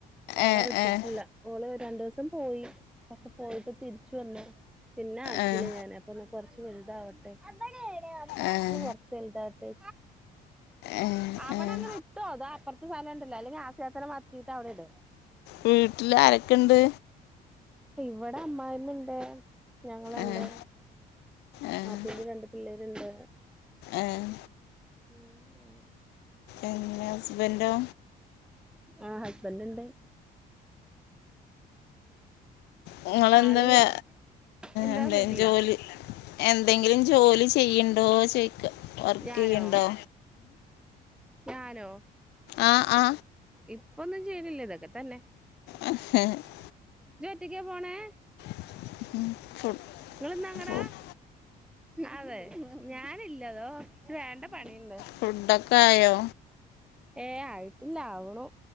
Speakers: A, in the centre; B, on the left.
A: ഓളെ
B: ഏഹ്
A: വിട്ടിട്ടില്ല
B: ഏഹ്
A: ഓള് രണ്ടു ദിവസം പോയി പക്ഷെ പോയിട്ട് തിരിച്ചു വന്നു പിന്നെ ആക്കില
B: ഏഹ്
A: ഞാൻ അപ്പൊ ഒന്ന് കൊറച്ച് വലുതാവട്ടെ ഒന്ന്
B: ഏഹ്
A: കുറച്ചു വലുതായിട്ട്
B: ഏഹ്
A: അവിടെ
B: ഏഹ്
A: അങ്ങനെ ഇട്ടോ താ അപ്പുറത്തെ സ്ഥലംണ്ടില്ലോ അല്ലെങ്കിൽ ആസയാതന്റെ മാറ്റീട്ട് അവിടെ ഇട
B: വീട്ടിൽ ആരൊക്കെണ്ട്?
A: ഇവിടെ അമ്മായമ്മ ഇണ്ട് ഞങ്ങളുണ്ട്
B: ഏഹ് ഏഹ്
A: <unintelligible> രണ്ട് പിള്ളേരുണ്ട്
B: ഏഹ്
A: മേൻ മ
B: ഏഹ് ഹസ്ബൻഡോ
A: ആ ഹസ്ബൻന്റ് ഉണ്ട്
B: ഞങ്ങളെന്താ
A: ആള്
B: വേ
A: എന്താ
B: എന്ത
A: കേട്ടില്ല
B: ജോലി എന്തെങ്കിലും ജോലി ചെയ്യണ്ടോ ചോയിക്ക വർക്ക്
A: ഞാനോ
B: ചെയ്യണ്ടോ
A: ഞാനോ
B: ആ ആ
A: ഇപ്പൊന്നും ചെയ്തില്ല ഇതൊക്കെ തന്നെ
B: ഹ
A: നീ ഒറ്റക്ക പോണേ
B: <inaudible>
A: നിങ്ങളിന്നങ്ങടാ
B: ഫുഡ്
A: അതെ ഞാനല്ലതോ ഇ വേണ്ട പണിയുണ്ട്
B: ഫുടൊക്കായോ
A: ഏ ആയിട്ടില്ല ആവണു